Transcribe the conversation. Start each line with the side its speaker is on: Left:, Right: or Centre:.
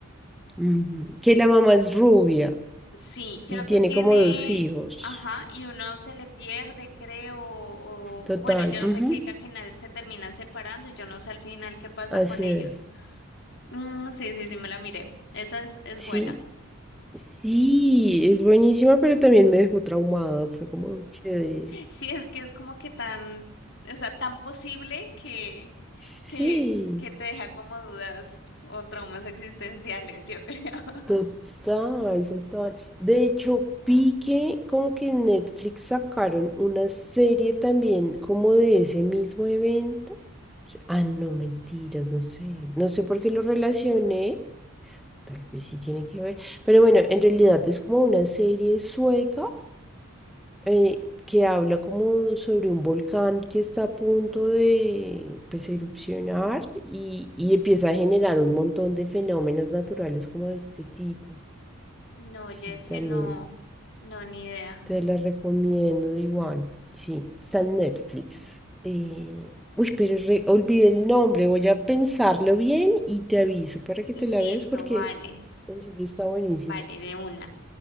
Centre: ujú. Que la mamá es rubia
Left: Sí, creo
Centre: y tiene
Left: que tiene,
Centre: como dos hijos.
Left: ajá, y uno se le pierde, creo, o
Centre: Total.
Left: o bueno, yo no
Centre: ujú,
Left: sé qué, que al final se terminan separando y yo no sé al final qué pasa
Centre: Así
Left: con ellos.
Centre: es.
Left: Mm, sí, sí, sí, me la miré. Esa es, es
Centre: Sí,
Left: buena.
Centre: sí, es buenísima, pero también me dejó traumada. Fue como que...
Left: <laughs> Sí, es que es como que tan, o sea, tan posible que,
Centre: Sí,
Left: que, que te deja como dudas o traumas existenciales, yo creo. <laughs>
Centre: total, total. De hecho, vi que como que en Netflix sacaron una serie también como de ese mismo evento. Sí, Ah, no, mentiras, no sé. No sé por qué lo relacioné. Tal vez sí tiene que ver. Pero bueno, en realidad es como una serie sueca eh, que habla como sobre un volcán que está a punto de pues, erupcionar y, y empieza a generar un montón de fenómenos naturales como de este tipo.
Left: No,
Centre: Sí,
Left: Jesse,
Centre: también
Left: no, no, ni idea.
Centre: te la recomiendo de igual. Sí, está en Netflix. Eh, uy, pero re- olvidé el nombre, voy a pensarlo bien y te aviso para que
Left: Listo,
Centre: te la veas porque
Left: vale,
Centre: en serio está buenísima.
Left: vale, de una.